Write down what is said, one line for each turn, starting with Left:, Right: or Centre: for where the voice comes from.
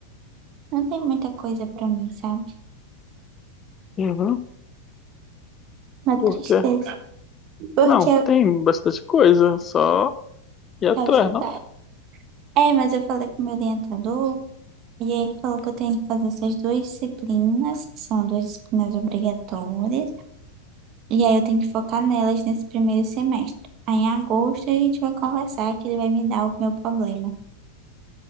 Right: não tem muita coisa para mim, sabe?
Left: Uhum.
Right: Uma
Left: Porque,
Right: tristeza. Porque
Left: não,
Right: eu
Left: tem bastante coisa, só ir
Right: estava
Left: atrás,
Right: estudando.
Left: não?
Right: É, mas eu falei com o meu orientador, e aí ele falou que eu tenho que fazer essas duas disciplinas, que são duas disciplinas obrigatórias. E aí eu tenho que focar nelas nesse primeiro semestre. Aí em agosto a gente vai conversar que ele vai me dar o meu problema